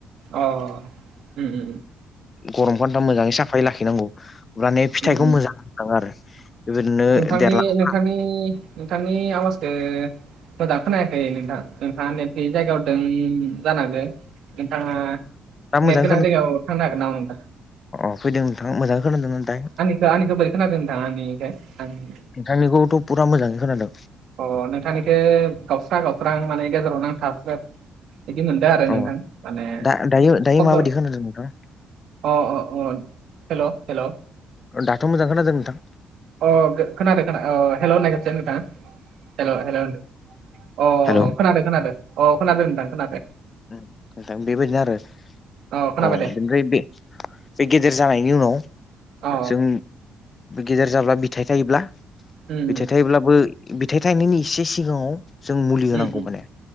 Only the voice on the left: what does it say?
गरम खन्थ मोजाङै साफायै लाखिनांगौ माने फिथाइखौ
मोजां होनाङो आरो बेबायदिनो
देरलाङो
दा मोजां
खोनादों
अ फैदों नोंथां मोजांङै खोनादोंना दायो?
नोंथांनिखौथ' पुरा मोजाङै खोनादों।
अ
दा दायो दायो माबायदि खोनादों नोंथां
दाथ' मोजां खोनादो नोंथां।
हेलौ
उम नोंथां बेबायदिनो आरो
औ
बेनिफ्राय बे जे गेदेर जानायनि उनाव
जों गेदेर जाब्ला बिथाइ थायोब्ला
बिथाइ थायोब्लाबो बिथाइ थायनायनि इसे सिगाङाव जों मुलि
होनांगौ
माने।